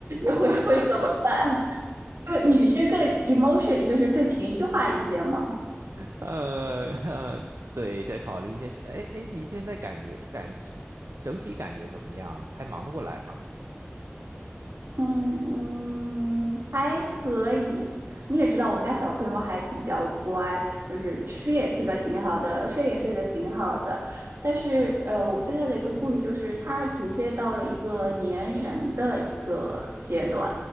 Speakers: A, on the right; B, on the right.
A: <laughs> 会会怎么办？
B: <laughs>
A: <laughs> 因为女生更 emotion，就是更情绪化一些嘛。
B: 呃呃，对，再考虑一些事。哎哎，你现在感觉感整体感觉怎么样？还忙得过来吗？
A: 嗯嗯，还可以。你也知道，我们家小朋友还比较乖，就是吃也吃的挺好的，睡也睡得挺好的。但是，呃，我现在的一个顾虑就是，他逐渐到了一个粘人的一个阶段。